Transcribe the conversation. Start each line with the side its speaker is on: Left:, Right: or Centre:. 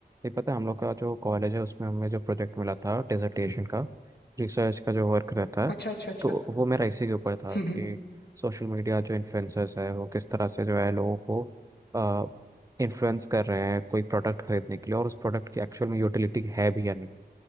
Right: ये पता है हम लोग का जो कॉलेज है उसमें हमें जो प्रोजेक्ट मिला था डिसर्टेशन का रिसर्च का जो वर्क रहता है
Left: अच्छा अच्छा अच्छा
Right: तो वो मेरा इसी के ऊपर था
Left: हम्म
Right: कि
Left: हम्म,
Right: सोशल मीडिया जो इन्फ्लुएंसर्स है वो किस तरह से जो है लोगों को इन्फ्लुएंस कर रहे हैं कोई प्रोडक्ट खरीदने के लिए और उस प्रोडक्ट की एक्चुअल में यूटिलिटी है भी या नहीं